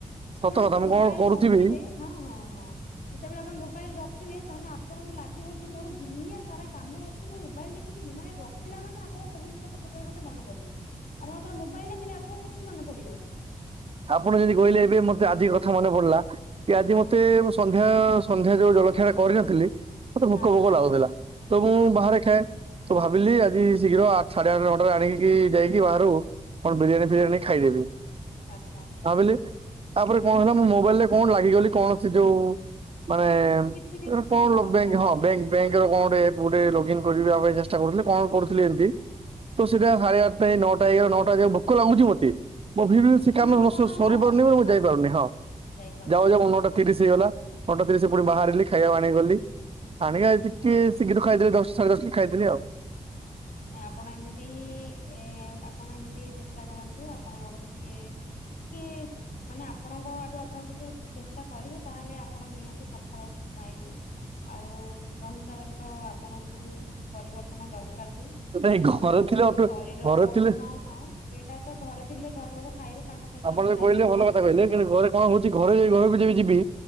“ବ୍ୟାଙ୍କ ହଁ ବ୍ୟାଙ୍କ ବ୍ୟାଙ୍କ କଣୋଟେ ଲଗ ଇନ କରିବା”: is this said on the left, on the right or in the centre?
Right